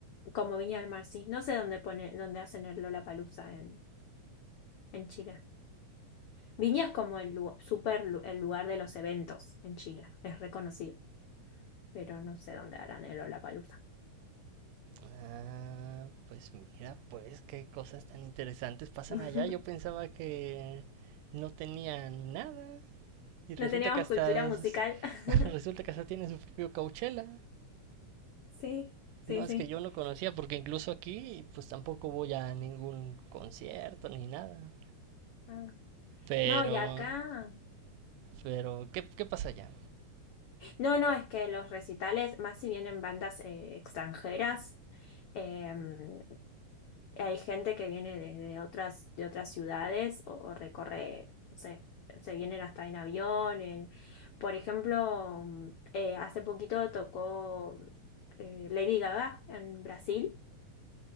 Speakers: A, on the left; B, on the right.
A: Como Viña del Mar, sí. No sé dónde pone, dónde hacen el Lollapalooza en, en Chile. Viña es como el lu- super lu- el lugar de los eventos en Chile, es reconocido, pero no sé dónde harán el Lollapalooza.
B: Ah, pues mira, pues qué cosas tan interesantes pasan
A: <laughs>
B: allá. Yo pensaba que no tenía nada y resulta
A: No teníamos
B: que hasta
A: cultura musical.
B: s- <laughs> resulta
A: <laughs>
B: que hasta tiene su propio Coachella.
A: Sí, sí,
B: No es
A: sí.
B: que yo no conocía porque incluso aquí pues tampoco voy a ningún concierto ni nada.
A: Ah.
B: Pero
A: No, y acá,
B: pero ¿qué qué pasa allá?
A: No, no, es que los recitales, más si vienen bandas eh, extranjeras, em, hay gente que viene de, de otras, de otras ciudades o, o recorre, no sé, se vienen hasta en avión. en- por ejemplo, mm, eh, hace poquito tocó eh, Lady Gaga en Brasil